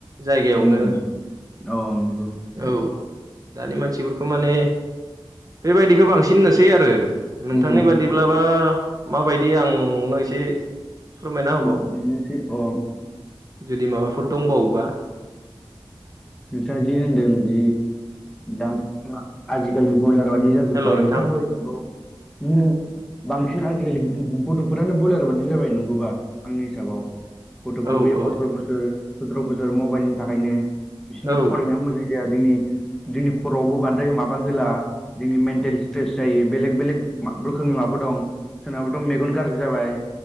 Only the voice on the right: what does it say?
जायगायावनो
औ दानि मानसिफोरखौ माने बेबायदिखो बांसिन नोसै आरो नोंथांनि
बादिब्लाबा माबाय दे आं न' एसे फोरमायना होबाव
जुदि माबाफोर दंबावोबा
हेल' नोंथां
औ
औ
औ